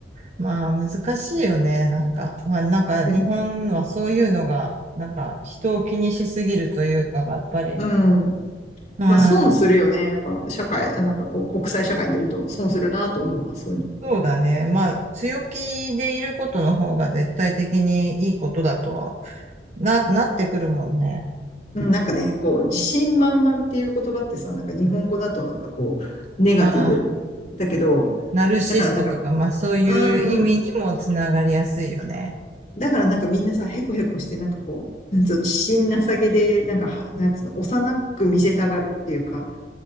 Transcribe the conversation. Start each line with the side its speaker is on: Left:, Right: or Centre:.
Right: まあ、難しいよね。なんか、まあ、なんか、日本はそういうのが、
Left: で、
Right: なんか、人を気にしすぎるというかが、やっぱり、
Left: うん。
Right: ああ、
Left: まあ損するよね。やっぱ社会、なんかこう国際社会に出ると損するなと思うわ、そういうのは。
Right: そうだね。まあ、強気でいることの方が絶対的にいいことだとは、な、なってくるもんね。
Left: うんなんかね、こう自信満々っていう言葉ってさ、なんか日本語だとなんかこうネガティブだけど、
Right: ああ、ナルシストとか、
Left: だからなんか、
Right: まあそういう意味にもつながりやすいよね。
Left: うーん、だからなんかみんなさ、へこへこしてなんかこう、なんつうの、自信なさげで、なんかは、なんつうの、幼く見せたがるっていうか、